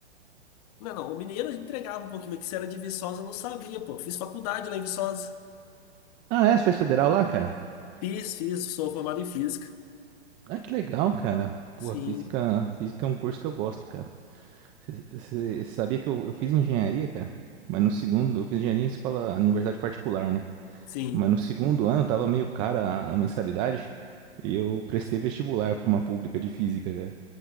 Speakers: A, on the left; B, on the right.
A: Não, não, o mineiro entregava um pouquinho, mas que você era de Viçosa, eu não sabia, pô. Fiz faculdade lá em Viçosa.
B: Ah, é? Você fez federal lá, cara?
A: Fiz, fiz, sou formado em física.
B: Ah, que legal, cara. Pô,
A: Sim,
B: física, física é um curso que eu gosto, cara. Você você- você sabia que eu, eu fiz engenharia, cara? Mas no segundo, eu fiz engenharia em escola, universidade particular, né?
A: sim.
B: Mas no segundo ano tava meio cara a, a mensalidade e eu prestei vestibular pra uma pública de física, cara.